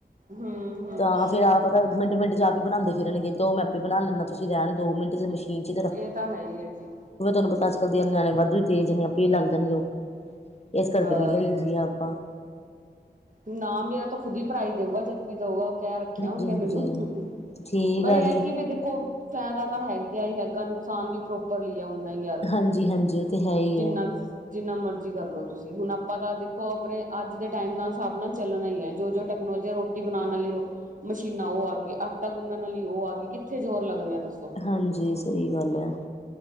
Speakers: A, on the right (about 50°); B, on the left (about 40°).
A: ਹੂੰ ਹੂੰ
B: ਤਾਂ ਫੇਰ ਆਪ ਤਾਂ ਮਿੰਟ, ਮਿੰਟ ਚ ਆਪ ਬਣਾਦੇ ਫਿਰਨਗੇ ਦੋ ਮੈ ਆਪੇ ਬਣਾ ਲੈਦਾ, ਤੁਸੀਂ ਰਹਿਣ ਦੋ ਮਿੰਟ ਚ ਮਸ਼ੀਨ ਚ
A: ਇਹ ਤਾਂ ਹੈ ਈ ਆ ਜੀ।
B: ਉਵੇ ਤੁਹਾਨੂੰ ਤਾ ਅੱਜ-ਕਲ ਦੇ ਨਿਆਣੇ ਵਾਧੂ ਤੇਜ ਨੇ ਆਪੇ ਲਗ ਜਾਣਗੇ ਉਹ ਇਸ ਕਰਕੇ
A: ਬਸ
B: ਨੀ ਲਈ ਜੀਏ ਆਪਾਂ।
A: ਨਾ ਮੇਰਾ ਤਾਂ ਖੁਦ ਹੀ ਭਰਾ ਈ ਦੇਊਗਾ ਜਦ ਵੀ ਦਊਗਾ। ਕਹਿ ਰੱਖਿਆ
B: ਹਾਂਜੀ
A: ਉਹਨੇ
B: ਹਾਂਜੀ
A: ਮੈਨੂੰ। ਪਰ,
B: ਠੀਕ
A: ਇਹ
B: ਆ ਜੀ
A: ਕਿ ਵੀ ਦੇਖੋ ਫ਼ਾਇਦਾ ਤਾਂ ਹੈਗਾ ਈ ਹੈਗਾ ਨੁਕਸਾਨ ਵੀ ਪ੍ਰੋ
B: ਹਾਂਜੀ ਹਾਂਜੀ ਉਹ ਤੇ ਹੈ ਹੀ
A: <inaudible>
B: ਹੈ
A: ਜਿੰਨਾ ਮਰਜ਼ੀ ਕਰ ਲਓ ਤੁਸੀਂ ਹੁਣ ਆਪਾਂ ਤਾਂ ਦੇਖੋ ਆਪਣੇ ਅੱਜ ਦੇ ਟਾਈਮ ਨਾਲ ਸ ਹਸਾਬ ਨਾਲ ਚੱਲਣਾ ਈ ਏ, ਜੋ ਦੋ ਟੈਕਨੋਲੋਜੀ ਏ ਰੋਟੀ ਬਣਾਉਣ ਵਾਲੀ ਮਸ਼ੀਨਾ ਉਹ ਆ ਗਈ, ਆਟਾ ਗੁੰਨਣ ਵਾਲੀ ਉਹ ਆ ਗਈ, ਕਿੱਥੇ ਜ਼ੋਰ ਲੱਗਣਾ ਦੱਸੋ।
B: ਹਾਂਜੀ ਸਹੀ ਗੱਲ ਐ।